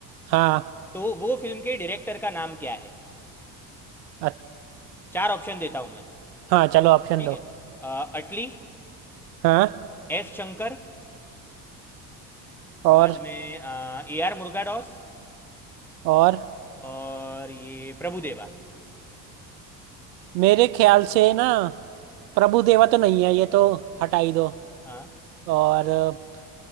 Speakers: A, on the right; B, in the centre.
A: हाँ
B: तो वो फिल्म के डायरेक्टर का नाम क्या है
A: अ-
B: चार ऑप्शन देता हूँ मैं
A: हाँ चलो ऑप्शन
B: ठीक
A: दो
B: है अ, अटली
A: हाँ
B: एस शंकर
A: और
B: बाद में ए आर मुर्गाडॉस
A: और
B: और ये प्रभुदेवा
A: मेरे ख्याल से ना प्रभु देवा तो नहीं है ये तो हटा ही दो
B: हाँ
A: और अ,